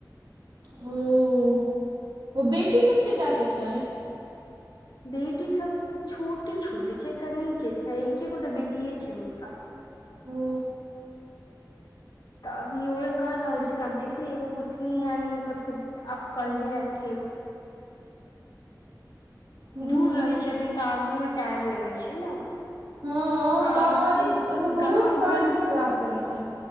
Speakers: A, on the right; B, on the left.
A: हूँ ओ बेटी कतेटा के छै
B: बेटी सब छोटे छोटे छै कन के छै एके गो तऽ बेटीे छै हुनका
A: ओ
B: तऽ अभी उहे कर रहल छी आब देखथि एगो गोतनी है हुनकर से आब कल्हे अथी
A: हूँ
B: दूर रहै छथिन तऽ आबूहू मे टाईम लगै छै ने
A: हँ
B: आब
A: बारिश अभी बहुत
B: गाँव
A: बारिश
B: घरमे
A: खराब पड़ै छै